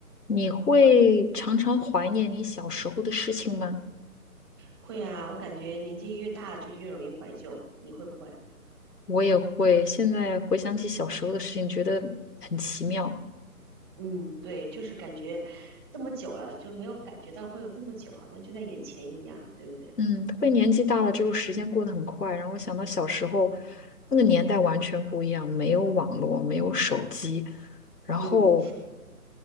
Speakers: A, on the left; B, on the right.
A: 你会常常怀念你小时候的事情吗？
B: 会啊，我感觉年纪越大了就越容易怀旧，你会不会？
A: 我也会，现在回想起小时候的事情，觉得很奇妙。
B: 嗯，对，就是感觉这么久了就没有感觉到会有这么久，好像就在眼前一样，对不对？
A: 嗯，特别年纪大了之后，时间过得很快。然后我想到小时候那个年代完全不一样，没有网络，没有手机，然后
B: 嗯，